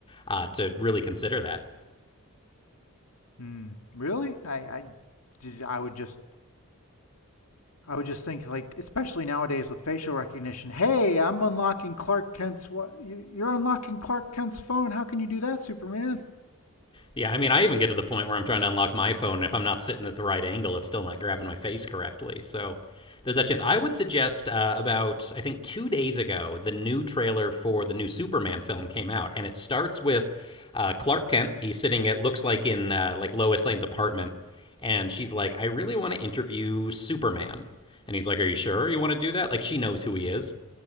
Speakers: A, on the left; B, on the left.
A: uh, to really consider that.
B: Hmm. Really? I I just I would just I would just think like especially nowadays with facial recognition. Hey, I'm unlocking Clark Kent's what you, you're unlocking Clark Kent's phone. How can you do that, Superman?
A: Yeah, I mean, I even get to the point where I'm trying to unlock my phone. And if I'm not sitting at the right angle, it's still not grabbing my face correctly. So there's that chance. I would suggest uh, about, I think, two days ago, the new trailer for the new Superman film came out. And it starts with uh, Clark Kent. He's sitting, it looks like, in uh, like Lois Lane's apartment. And she's like, I really want to interview Superman. And he's like, Are you sure you want to do that? Like, she knows who he is.